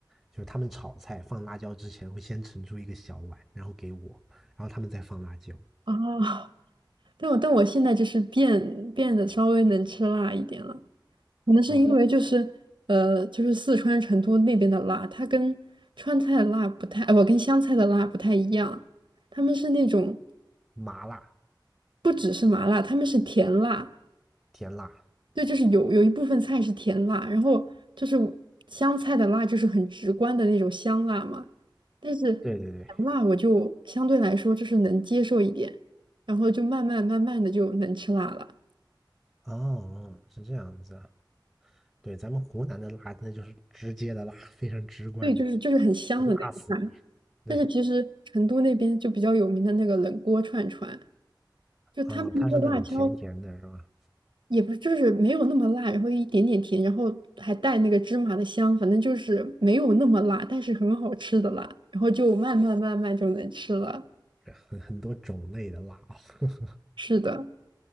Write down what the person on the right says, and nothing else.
啊，<laughs> 但我但我现在就是变变得稍微能吃辣一点了，可能是因为就是呃就是四川成都那边的辣，
它跟川菜的辣不太，呃，我跟湘菜的辣不太一样，他们是那种
不只是麻辣，他们是甜辣。
对，就是有有一部分菜是甜辣，然后就是香菜的辣就是很直观的那种香辣嘛，但是甜
辣我就相对来说就是能接受一点，然后就慢慢慢慢的就能吃辣了。
对，就是就是很香的那种辣。
但是其实成都那边就比较有名的那个冷锅串串，就他们那个辣椒
也不就是没有那么辣，然后一点点甜，然后还带那个芝麻的香，反正就是没有那么辣，但是很好吃的辣，然后就慢慢慢慢就能吃了。
是的，